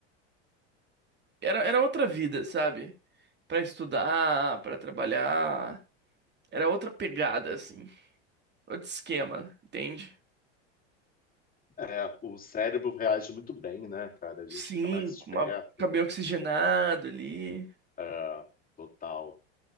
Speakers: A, on the right (about 30°); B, on the left (about 25°).
A: era era outra vida, sabe? Pra estudar, pra trabalhar, era outra pegada assim, outro esquema, entende?
B: é, o cérebro reage muito bem, né, cara? A
A: Sim,
B: gente fica mais esperto.
A: com uma cabelo oxigenado ali,
B: É, total.